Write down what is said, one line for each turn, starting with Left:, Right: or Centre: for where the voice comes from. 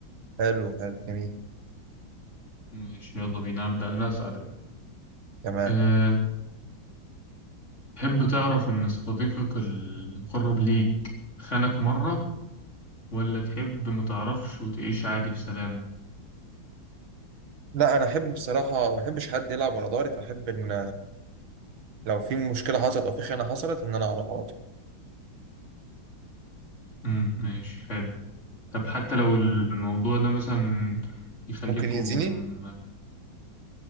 Right: حلو حلو جميل
Left: ماشي يلا بينا أبدأ أنا أسألك
Right: تمام
Left: أه تحب تعرف إن صديقك المقرب ليك خانك مرة ولا تحب متعرفش وتعيش عادي بسلام؟
Right: لا انا احب بصراحه ما بحبش حد يلعب ورا ظهري فاحب ان لو في مشكله حصلت او في خيانه حصلت ان انا اعرف على طول
Left: مم، ماشي حلو طب حتى لو الموضوع ده مثلا يخليكوا
Right: ممكن يأذيني
Left: ما